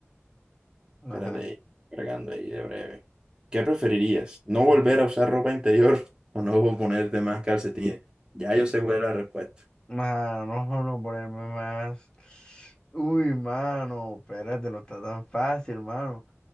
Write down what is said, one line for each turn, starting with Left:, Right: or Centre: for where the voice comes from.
Left: Ajá.
Right: Espérate ahí, cargando ahí de breve. ¿Qué preferirías? ¿No
Left: ujú.
Right: volver a usar ropa interior <laughs> o no ponerte más calcetines? Ya yo sé cuál es la respuesta.
Left: Mano, no, no ponerme más. Uy, mano, espérate, no está tan fácil, mano.